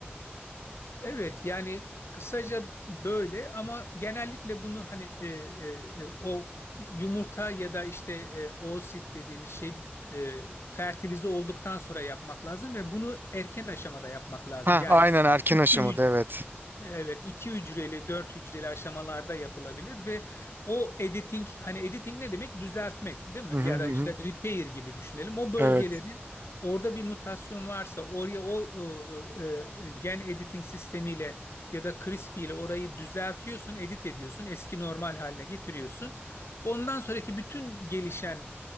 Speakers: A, on the left; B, on the right.
A: Evet yani kısaca böyle ama genellikle bunu hani e, e, e, o yumurta ya da işte e, oosit dediğimiz şey e, fertilize olduktan sonra yapmak lazım ve bunu erken aşamada yapmak lazım.
B: Ha
A: Yani
B: aynen erken
A: iki
B: aşamada evet.
A: Evet, iki hücreli, dört hücreli aşamalarda yapılabilir ve o editing, hani editing ne demek? Düzeltmek, değil mi?
B: Hı hı
A: Ya
B: hı.
A: da işte
B: hı.
A: repair gibi düşünelim. O bölgeleri
B: Evet.
A: orada bir mutasyon varsa oraya o ı, ı, gen editing sistemiyle ya da CRISPR ile orayı düzeltiyorsun, edit ediyorsun, eski normal haline getiriyorsun. Ondan sonraki bütün gelişen